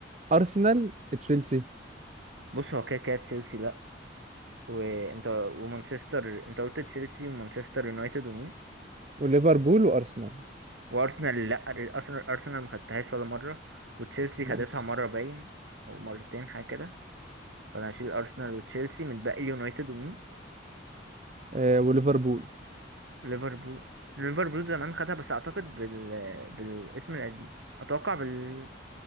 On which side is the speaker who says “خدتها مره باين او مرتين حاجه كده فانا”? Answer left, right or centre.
Right